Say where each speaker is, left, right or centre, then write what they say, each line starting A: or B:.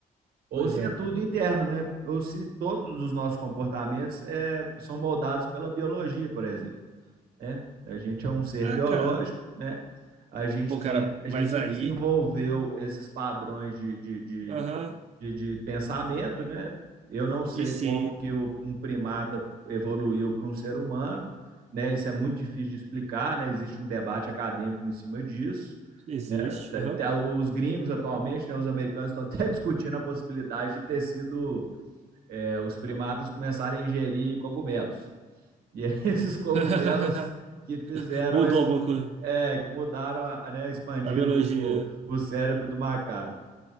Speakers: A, on the right; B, on the right.
A: ou
B: Pois
A: se
B: é.
A: é tudo interno, né? Ou se todos os nossos comportamentos é, são moldados pela biologia, por exemplo, né? A gente é um ser
B: Ah,
A: biológico,
B: cara.
A: né? A gente
B: Pô,
A: tem,
B: cara,
A: a
B: mas
A: gente
B: aí.
A: desenvolveu esses padrões de, de,
B: Aham.
A: de, de pensamento, né? Eu não sei
B: E se
A: como que o- um primata evoluiu para um ser humano, né? Isso é muito difícil de explicar, né? Existe um debate acadêmico em cima disso,
B: existe?
A: né? Tá-
B: Aham.
A: tá- Os gringos atualmente, né? Os americanos estão até <laughs> discutindo a possibilidade de ter sido é, os primatas começarem a ingerir cogumelos. E aí <laughs> esses cogumelos
B: <laughs>
A: que fizeram
B: Mudou
A: a,
B: alguma coisa.
A: é, que mudaram, a- né? Expandiram
B: A biologia.
A: o, o o cérebro do macaco